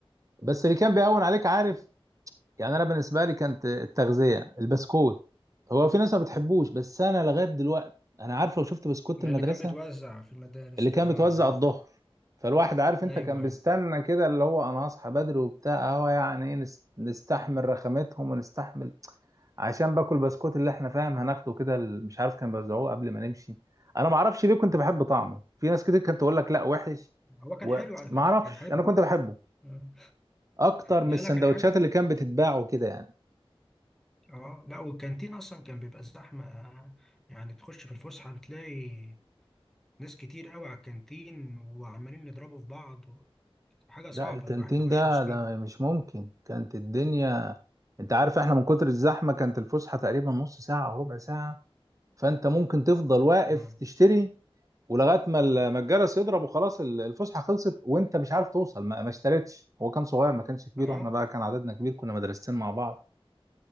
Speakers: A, on the right; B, in the centre.
A: بس اللي كان بيهون عليك عارف يعني انا بالنسبة لي كانت التغذية البسكوت هو في ناس ما بتحبوش بس انا لغاية دلوقتي انا عارف لو شفت بسكوت
B: ده
A: المدرسة
B: اللي كان بيتوزع في المدارس
A: اللي
B: ده
A: كان
B: آه
A: بيتوزع
B: عارف
A: الظهر فالواحد عارف انت
B: أيوه
A: كان
B: أيوه
A: بيستنى كده اللي هو انا هصحى بدري وبتاع اهو يعني إيه، نس- نستحمل رخامتهم ونستحمل عشان باكل بسكوت اللي احنا فاهم هناخده كده ال- مش عارف كان بيوزعوه قبل ما نمشي انا ما اعرفش ليه كنت بحب طعمه في ناس كتير كانت تقول لك لا وحش
B: هو كان
A: وما
B: حلو على فكرة
A: اعرفش
B: كان حلو
A: انا كنت بحبه
B: آه.
A: اكتر من
B: لا
A: السندوتشات
B: لا كان حلو
A: اللي كان بتتباع وكده يعني
B: آه لا والكانتين أصلا كان بيبقى زحمة آه، يعني تخش في الفسحة بتلاقي ناس كتير قوي على الكانتين وعمالين يضربوا في بعض حاجة صعبة
A: لا الكانتين
B: الواحد يخش
A: ده
B: وسطهم
A: ده مش ممكن كانت الدنيا انت عارف احنا من كتر الزحمه كانت الفسحه تقريبا نص ساعه او ربع ساعه فانت ممكن تفضل واقف
B: اه
A: تشتري ولغايه ما ال- ما الجرس يضرب وخلاص ال- الفسحه خلصت وانت مش عارف توصل ما, ما اشتريتش هو كان صغير ما كانش كبير
B: اه
A: واحنا بقى كان عددنا كبير كنا مدرستين مع بعض